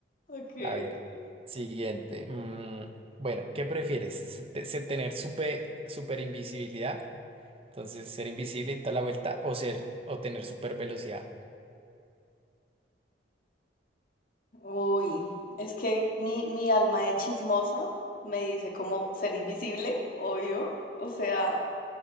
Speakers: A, on the left (about 50°); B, on the right (about 30°).
A: Ok, ok.
B: A ver, siguiente. Mm, bueno, ¿qué prefieres? Se- te- se- ¿Tener super, super invisibilidad? Entonces, ser invisible y toda la vuelta, o ser, o tener super velocidad.
A: Uy, es que mi, mi alma de chismosa me dice como ser invisible, obvio. O sea,